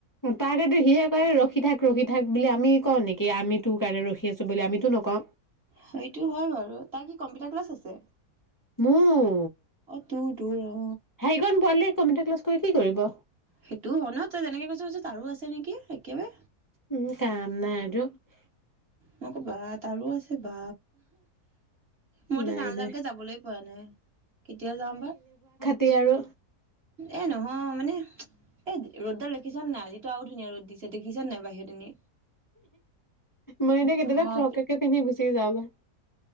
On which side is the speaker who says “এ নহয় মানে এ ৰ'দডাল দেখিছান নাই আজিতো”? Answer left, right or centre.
Right